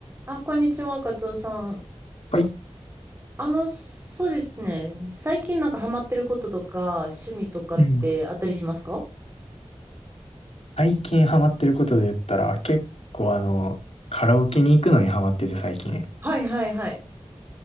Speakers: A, on the right; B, on the left.
A: あ、こんにちは、カツオさん。
B: はい。
A: あの、そうですね。最近なんかハマってることとか、趣味とかってあったりしますか
B: うん。最近ハマってることで言ったら、結構あの、カラオケに行くのにハマってて最近。
A: はいはいはい。